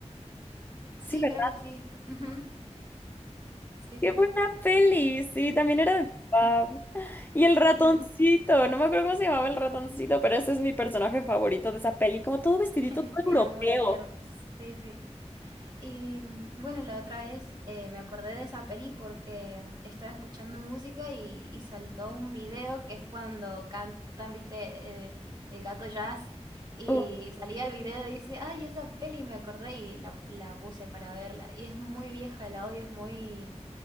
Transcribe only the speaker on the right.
Sí,
creo que sí. Ujú. Sí,
sí.
<laughs>
Era muy tierno, sí, sí. Y mm, bueno, la otra vez eh, me acordé de esa peli porque mm, estaba escuchando música y, y saltó un video que es cuando cantan, viste, Eh, el gato jazz. Y
salía el video y dice, ay, esa peli me acordé y la, la puse para verla. Y es muy vieja, el audio es muy,